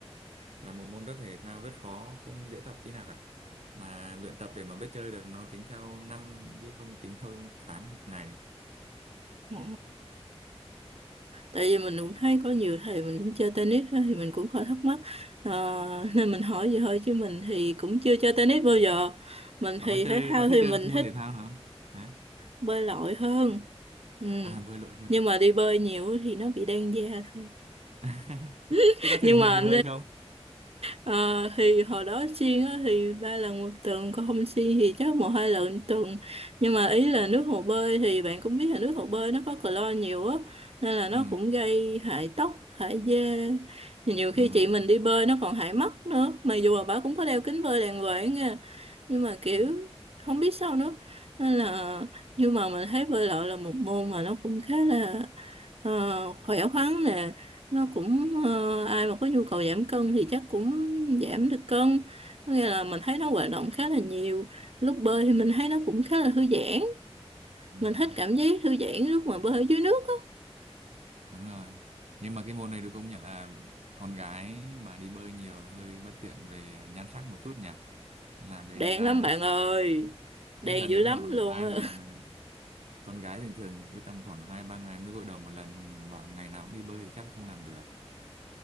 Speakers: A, on the right; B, on the right.
A: là một môn rất thể thao rất khó không dễ tập tí nào cả mà luyện tập để mà biết chơi được nó tính theo năm chứ không tính theo tháng hoặc ngày
B: Ồ. Tại vì mình cũng thấy có nhiều thầy mình cũng chơi tennis á, thì mình cũng hơi thắc mắc Ờ, nên mình hỏi vậy thôi chứ mình thì cũng chưa chơi tennis bao giờ mình
A: bạn
B: thì
A: có chơi
B: thể thao
A: có thích
B: thì
A: chơi
B: mình
A: một môn
B: thích
A: thể thao nào không hả
B: bơi lội hơn ừ.
A: à bơi lội hơn
B: nhưng
A: à
B: mà đi bơi nhiều thì nó bị đen da thôi
A: <laughs>
B: <laughs>
A: thế có
B: nhưng
A: thường
B: mà
A: xuyên đi bơi không
B: Ờ, thì hồi đó xiên á, thì ba lần một tuần còn không xiên thì chắc một hai lần một tuần nhưng mà ý là nước hồ bơi thì bạn cũng biết là nước hồ bơi nó có clo nhiều á nên là nó
A: ừ
B: cũng gây hại tóc hại da Thì nhiều
A: đúng
B: khi
A: rồi
B: chị mình đi bơi nó còn hại mắt nữa mặc dù là bà cũng có đeo kính bơi đàng hoàng nha nhưng mà kiểu
A: ừ,
B: không biết sao nữa nên là nhưng mà mình thấy bơi lội là một môn mà nó cũng khá là Ờ, khỏe khoắn nè nó cũng ờ, ai mà có nhu cầu giảm cân thì chắc cũng giảm được cân có nghĩa là mình thấy nó hoạt động khá là nhiều lúc bơi thì mình thấy nó cũng khá là thư giãn
A: đúng
B: mình
A: rồi
B: thích cảm giác thư giãn lúc mà bơi ở dưới nước á
A: đúng rồi nhưng mà cái môn này được công nhận là con gái mà đi bơi nhiều thì hơi bất tiện về nhan sắc một chút nhỉ làm đen
B: đèn
A: da
B: lắm bạn ơi đèn
A: nhất là nếu
B: dữ lắm
A: mà
B: luôn
A: ai
B: á
A: mà con gái thường thường cứ tầm khoảng hai ba ngày mới gội đầu một lần mà bảo ngày nào cũng đi bơi thì chắc là không làm được